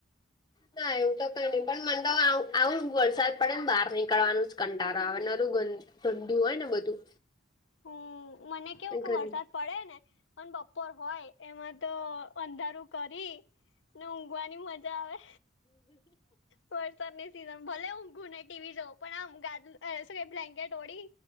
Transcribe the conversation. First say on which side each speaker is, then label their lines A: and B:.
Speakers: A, on the left; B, on the left.
A: ના એવું તો કઈ નહીં પણ મને તો આવું વરસાદ પડે ને બહાર નીકળવાનું જ કંટળો આવે નરું ગન ગંડું હોય ને બધું
B: હમ મને કેવું
A: એ ગંદ
B: કે વરસાદ પડે ને પણ બપોર હોય એમાં તો અંધારું કરી ને ઊંઘવાની મજા આવે. વરસાદની સિઝન ભલે ઊંધુને ટીવી જઉં પણ આમ શું બ્લેન્કેટ ઓઢી